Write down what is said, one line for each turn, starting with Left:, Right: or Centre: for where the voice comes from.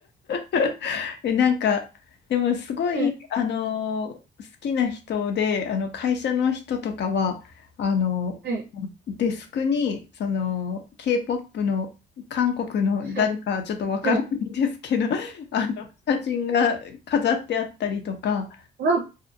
Left: <laughs> え、なんか、でもすごい、
Right: はい、
Left: あの好きな人で、あの、会社の人とかは、あの
Right: はい、
Left: デスクに、その、K-POP の韓国の誰かちょっとわからないんですけど、
Right: はい、はい。
Left: あの、写真が飾ってあったりとか、
Right: はい